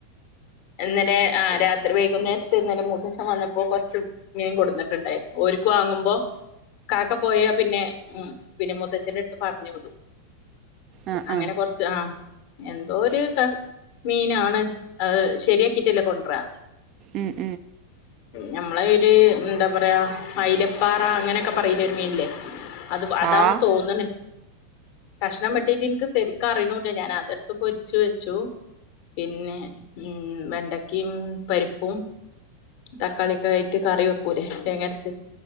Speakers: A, on the left (about 45°); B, on the right (about 35°).
A: ഇന്നലെ ആ രാത്രി വൈകുന്നേരത്ത് ഇന്നല മു ച്ഛൻ വന്നപ്പോ, കൊർച്ച് മീൻ കൊട്‌ന്ന്ട്ടുണ്ടായിരുന്നു, ഓര്ക്കു വാങ്ങുമ്പോ കാക്ക പോയാ പിന്നെ ഉം, പിന്നെ മൂത്തച്ഛന്റെടുത്ത് പറഞ് വിട്‌,
B: ആ
A: അങ്ങനെ
B: ആ
A: കൊർച്ച് ആ എന്തോ ഒരു ക മീനാണ്, അത് ശരിയാക്കിട്ടല്ലേ കൊണ്ടറാ.
B: ഉം.
A: ഞമ്മളെ ഒരു ന്താ പറയാ അയിലപ്പാറ അങ്ങനെയൊക്കെ പറയിലെ ഒരു മീനില്ലേ അത് അതാണ്
B: ആ
A: തോന്ന്ണ്. കഷ്ണം വെട്ടീട്ട് ഇൻക്ക് സരിക്ക് അറിണൂല്ല, ഞാൻ അതട്ത്ത് പൊരിച്ചു വെച്ചു. പിന്നെ ഉം വെണ്ടകിം പരിപ്പും. തക്കാളി ഒക്കെ ആയിട്ട് കറി വെക്കൂലേ? തേങ്ങരച്ച്